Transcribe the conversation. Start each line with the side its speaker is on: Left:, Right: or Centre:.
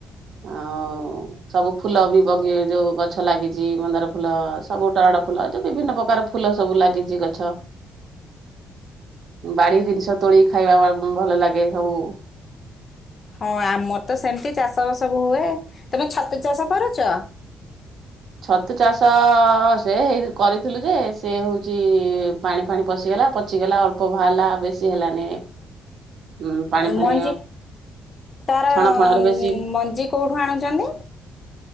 Right: ଆଉ ସବୁ ଫୁଲ ବି ବଗି ଯୋଉ ଗଛ ଲାଗିଛି ମନ୍ଦାର ଫୁଲ ସବୁ ଟରାଟ। ଫୁଲ ଯୋଉ ବିଭିନ୍ନ ପକାର ଫୁଲ ସବୁ ଲାଗିଚି ଗଛ। ବାଡି ଜିନିଷ ତୋଳି ଖାଇବା ବା ଭଲ ଲାଗେ ସବୁ।
Left: ହଁ ଆମର ତ ସେମିତି ଚାଷବାସ ହୁଏ। ତମେ ଛତୁ ଚାଷ କରୁଚ?
Right: ଛତୁ ଚାଷ ସେ ହେଇ କରିଥିଲୁ ଯେ ସେ ହଉଚି ପାଣି ଫାଣି ପଶିଗଲା ପଚିଗଲା ଅଳ୍ପ ବାହାରିଲା ବେଶୀ ହେଲାନି। ଉଁ ପାଣି ଫାଣି
Left: ମଞ୍ଜି ତାର
Right: ଛଣ ଫଣରେ ବେଶୀ
Left: ମଞ୍ଜି କୋଉଠୁ ଆଣୁଚନ୍ତି?